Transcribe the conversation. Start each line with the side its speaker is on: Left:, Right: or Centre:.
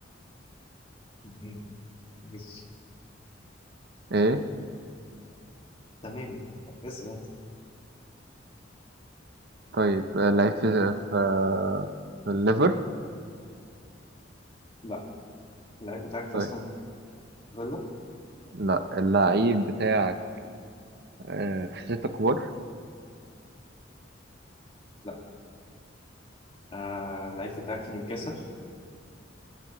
Left: الكبار مش
Right: ايه
Left: تمام بس انت
Right: طيب آه، لعيب في في في الليفر
Left: لا اللعيب بتاعك في
Right: طيب
Left: استون فيلا
Right: لا اللعيب بتاعك آه في ستة كبار
Left: لا آه اللعيب بتاعك في نيوكاسل